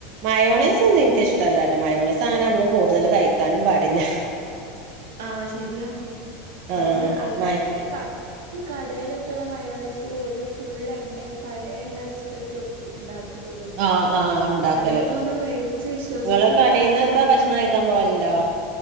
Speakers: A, on the right; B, on the right.
A: മയോണീസ് ഒന്നും എനിക്കിഷ്ടമല്ലാട്ടോ മയോണീസ് അങ്ങനെ നമ്മള് കൂടുതൽ കഴിക്കാനും പാടില്ല
B: ആഹ ശരിയാ
A: ആഹ്
B: അത് അല്ല
A: മയ
B: ഈ കാ ഈ കടയിലൊക്കെയുള്ള മയോണൈസൽ ഒരു ഫുൾ എണ്ണയും പഴയ എണ്ണ വെച്ചിടക്കും ഒക്കെ ഉണ്ടാക്കും ുന്നത്
A: ആഹ് ആഹ് ഇണ്ടാക്കല്
B: കടയിത്തൊന്ന്ും മേടിച്ച് വിശ്വസിച്ച്
A: ഇങ്ങള് കടേന്നൊക്കെ
B: കുട്ടികൾക്ക് കൊടുക്കാം
A: ഭക്ഷണം കഴിക്കാൻ പോവലുണ്ടോ